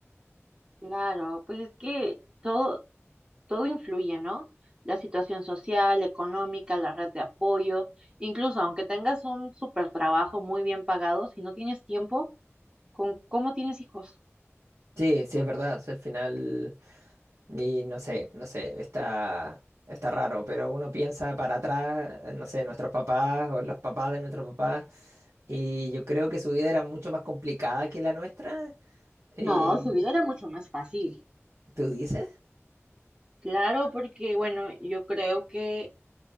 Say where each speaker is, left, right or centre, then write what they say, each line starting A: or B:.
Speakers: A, on the right; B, on the right.
A: Claro, pues es que todo, todo influye, ¿no? La situación social, económica, la red de apoyo, incluso aunque tengas un super trabajo muy bien pagado, si no tienes tiempo, ¿con cómo tienes hijos?
B: Sí, sí, es verdad. o sea, al final... Y no sé, no sé, está, está raro, pero uno piensa para atrás, eh, no sé, nuestros papás o los papás de nuestros papás, y yo creo que su vida era mucho más complicada que la nuestra. eh,
A: No, su vida era mucho más fácil.
B: ¿tú dices?
A: Claro, porque bueno, yo creo que